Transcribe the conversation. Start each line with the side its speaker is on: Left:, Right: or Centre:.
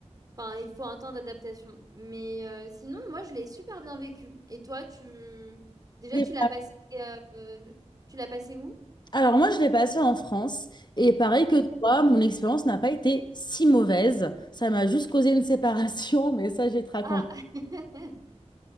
Right: Enfin, il faut un temps d'adaptation. Mais euh, sinon, moi, je l'ai super bien vécu. Et toi, tu... Déjà,
Left: Et-
Right: tu l'as passé... euh, euh, tu l'as passé où?
Left: alors moi, je l'ai passé en France et pareil
Right: Ouais.
Left: que toi, mon expérience n'a pas été si mauvaise. Ça m'a juste causé une séparation, <laughs> mais ça, je vais te raconter.
Right: Ah, <laughs>